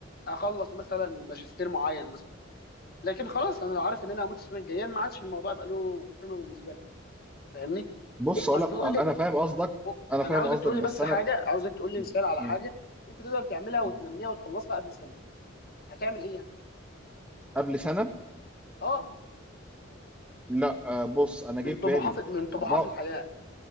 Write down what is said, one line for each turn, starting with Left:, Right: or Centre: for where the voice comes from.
Left: اخلص مثلا ماجستير معين مثلا لكن خلاص انا لو عارف ان انا هموت السنه الجايه ما عادش الموضوع يبقى له قيمه بالنسبه لي فاهمني؟
Centre: بص
Left: ايه
Centre: اقول
Left: اصل
Centre: لك
Left: قول لي
Centre: انا فاهم قصدك
Left: أو-
Centre: انا
Left: انا
Centre: فاهم
Left: عاوزك
Centre: قصدك
Left: تقول
Centre: بس
Left: لي بس
Centre: انا
Left: حاجه عاوزك تقول لي
Centre: م-
Left: مثال على
Centre: م-
Left: حاجه انت تقدر تعملها وتنميها
Centre: م.
Left: وتخلصها قبل سنه هتعمل ايه يعني
Centre: قبل سنه
Left: اه
Centre: لا آه، بص انا جه
Left: من
Centre: في
Left: طموحات
Centre: بالي
Left: من طموحات
Centre: اربعه
Left: الحياه